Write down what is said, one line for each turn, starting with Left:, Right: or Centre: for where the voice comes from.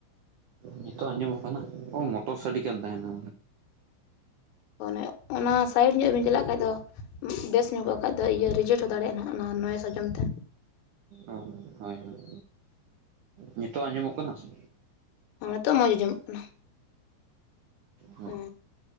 Right: ᱱᱤᱛᱚᱜ ᱟᱸᱡᱚᱢᱚᱜ ᱠᱟᱱᱟ ᱚ ᱢᱚᱴᱚᱨ ᱥᱟᱰᱮ ᱠᱟᱱ ᱛᱟᱦᱮᱱᱟ᱾
Left: ᱚᱱᱮ ᱚᱱᱟ ᱥᱟᱭᱤᱰ ᱧᱚᱜ ᱵᱮᱱ ᱪᱟᱞᱟᱜ ᱠᱷᱟᱡ ᱫᱚ, ᱵᱮᱥ ᱧᱚᱜᱚᱜ ᱠᱷᱟᱡ ᱫᱚ ᱤᱭᱟᱹ ᱨᱤᱡᱮᱴ ᱦᱚᱸ ᱫᱟᱲᱮᱭᱟᱜ-ᱟ, ᱱᱚ ᱱᱚ ᱱᱚᱭᱮᱥ ᱟᱸᱡᱚᱢ ᱛᱮ᱾
Right: ᱚ ᱦᱳᱭ ᱦᱳᱭ ᱱᱤᱛᱚᱜᱴᱜ ᱟᱸᱡᱚᱢᱚᱜ ᱠᱟᱱᱟ ᱥᱮ?
Left: ᱦᱚᱸ ᱱᱤᱛᱚᱜ ᱢᱚᱸᱡᱽ ᱟᱸᱡᱚᱢᱚᱜ ᱠᱟᱱᱟ
Right: ᱦᱳᱭ
Left: ᱦᱩᱸ